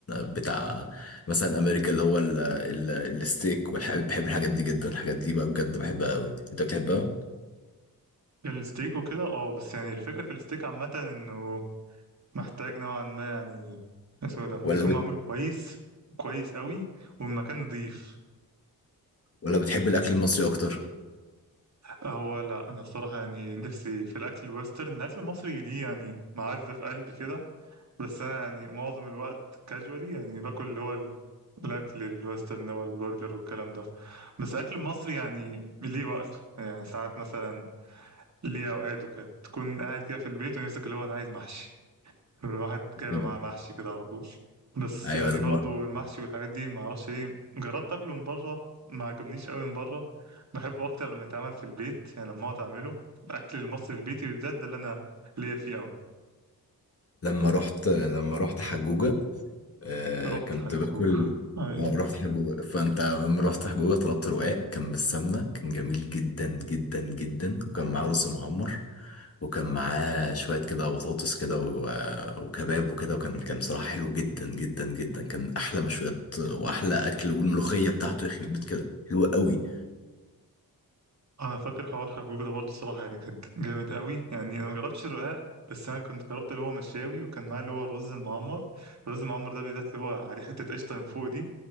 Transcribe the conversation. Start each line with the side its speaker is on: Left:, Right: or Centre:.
Left: بتاع مثلا امريكا اللي هو ال ال الستيك والحاجات بحب الحاجات دي جدا الحاجات دي بقى بجد بحبها قوي انت بتحبها
Right: الستيك وكده اه بس يعني الفكره في الستيك عامه انه محتاج نوعا ما يعني اسمه إيه ده
Left: ولا
Right: يكون معمول كويس كويس قوي والمكان نظيف
Left: ولا بتحب الاكل المصري اكتر
Right: هو لا انا الصراحه يعني نفسي في الاكل الويسترن الاكل المصري ليه يعني معزه في قلبي كده بس انا يعني معظم الوقت كاجوالي يعني باكل اللي هو ال- الاكل الويسترن اللي هو البرجر والكلام ده بس الاكل المصري يعني ليه وقته يعني ساعات مثلا ليه اوقاته كده تكون قاعد كده في البيت ونفسك اللي هو انا عايز محشي الواحد جايبه
Left: لم-
Right: معاه محشي كده على طول بس
Left: ايوه
Right: يعني
Left: لما
Right: برضو المحشي والحاجات دي ما اعرفش ليه جربت اكله من بره ما عجبنيش قوي من بره بحبه اكتر لما يتعمل في البيت يعني لما اقعد اعمله الاكل المصري البيتي بالذات ده اللي انا ليا فيه قوي
Left: لما رحت لما رحت حجوجة آه
Right: رحت
Left: كنت
Right: حجوج
Left: باكل
Right: ايوه
Left: آه، رحت حجوجة فانت لما رحت حجوجة طلبت رقاق كان بالسمنة كان جميل جدا جدا جدا وكان معاه رز معمر وكان معاه شوية كده بطاطس كده و- وكباب وكده وكان كان بصراحة حلو جدا جدا جدا كان أحلى مشويات وأحلى أكل والملوخية بتاعته يخرب بيت كده حلوة قوي
Right: انا فاكر حوار حجوج ده برضو الصراحه يعني كان جامد قوي يعني انا ما جربتش الرقاق بس انا كنت جربت اللي هو مشاوي وكان معاه اللي هو الرز المعمر الرز المعمر ده بالذات اللي هو عليه حته قشطه من فوق دي